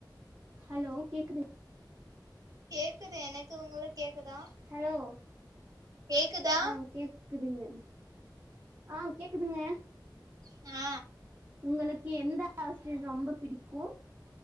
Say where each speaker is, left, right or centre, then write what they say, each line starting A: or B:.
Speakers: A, on the right (about 30°); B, on the right (about 50°).
A: ஹலோ கேக்குதுங்
B: கேக்குது எனக்கு உங்களுக்கு கேக்குதா
A: ஹலோ
B: கேக்குதா
A: ஆ கேக்குதுங்க, ஆ கேக்குதுங்க
B: ஆ
A: உங்களுக்கு எந்த ஆஸ்ரியர் ரொம்ப பிடிக்கோம்